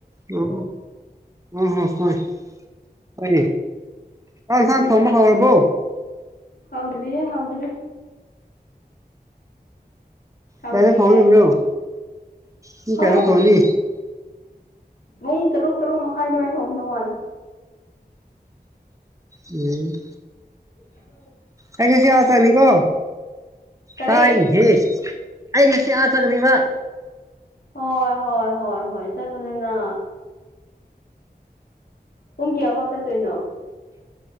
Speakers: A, on the right (about 20°); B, on the left (about 65°).
A: ꯑꯣ ꯑꯣ ꯎꯝ ꯎꯝ ꯍꯝ ꯍꯣꯏ ꯍꯣꯏ ꯆꯥꯛ ꯏꯟꯁꯥꯡ ꯊꯣꯡꯕ ꯍꯧꯔꯕꯣ
B: ꯍꯥꯎꯗ꯭ꯔꯤꯌꯦ ꯍꯥꯎꯗ꯭ꯔꯤ ꯇꯧꯗ꯭ꯔꯤꯌꯦ
A: ꯀꯌꯥꯗ ꯊꯣꯡꯗꯣꯏꯕꯅꯣ ꯄꯨꯡ
B: ꯍꯣꯔꯦꯟ
A: ꯀꯌꯥꯗ ꯊꯣꯡꯅꯤ
B: ꯄꯨꯡ ꯇꯔꯨꯛ ꯇꯔꯨꯛ ꯃꯈꯥꯏ ꯑꯗꯨꯋꯥꯥꯏ ꯊꯣꯡꯗꯧ ꯃꯥꯜꯂꯦ
A: ꯎꯝ
B: ꯍꯜꯂꯣ
A: ꯑꯩ ꯉꯁꯤ ꯑꯥ ꯆꯠꯅꯤꯀꯣ
B: ꯀꯔꯤ
A: ꯇꯥꯏꯅꯦꯍꯦ ꯑꯩ ꯉꯁꯤ ꯑꯥ ꯆꯠꯀꯅꯦꯕ
B: ꯍꯣꯏ ꯍꯣꯏ ꯍꯣꯏ ꯍꯣꯏ ꯆꯠꯂꯨꯗꯅ ꯄꯨꯡ ꯀꯌꯥꯐꯥꯎ ꯆꯠꯇꯣꯏꯅꯣ